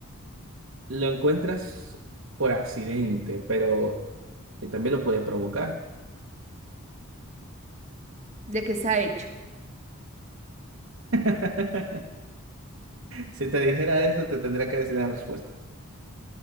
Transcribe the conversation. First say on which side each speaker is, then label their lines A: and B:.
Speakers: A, on the right; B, on the right.
A: lo encuentras por accidente, pero que también lo puede provocar.
B: ¿De qué está hecho?
A: <laughs> Si te dijera eso, te tendría que decir la respuesta.